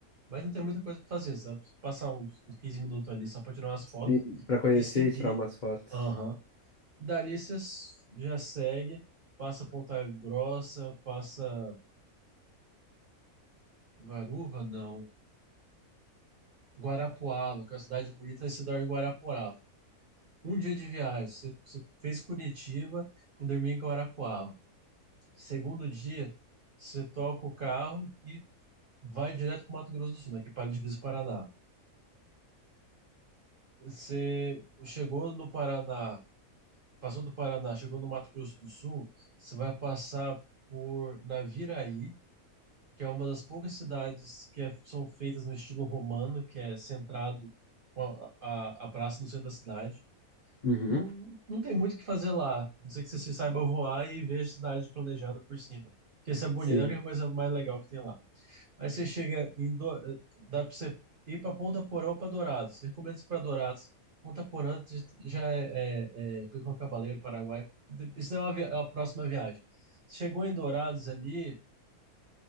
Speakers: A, on the right; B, on the left.
A: mas não tem muita coisa para fazer. Você vai passar uns, uns 15 minutos ali só para tirar umas fotos
B: Sim, pra conhecer
A: e seguir.
B: e tirar umas fotos.
A: Aham. Dali você s- já segue, passa Ponta Grossa, passa Guaruva, não. Guarapuava, que é uma cidade bonita, você dorme em Guarapuava. Um dia de viagem, você, você fez Curitiba e dormiu em Guarapuava. Segundo dia, você toca o carro e vai direto para o Mato Grosso do Sul, né, que é para a divisa do Paraná. Você chegou no Paraná, passou do Paraná, chegou no Mato Grosso do Sul, você vai passar por Naviraí, que é uma das poucas cidades que é- são feitas no estilo romano, que é centrado com a, a a praça no centro da cidade.
B: Uhum.
A: Não, não tem muito o que fazer lá, a não ser que você se saiba voar e veja a cidade planejada por cima. Que essa é bonita
B: Sim.
A: é a única coisa mais legal que tem lá. Aí você chega em. Do... Dá pra você ir pra Ponta Porã ou pra Dourados. Eu Recomendo você ir pra Dourados. Ponta Porã já é, é, é Pedro Juan Cabaleiro, Paraguai. Isso é uma vi- a próxima viagem. Chegou em Dourados ali,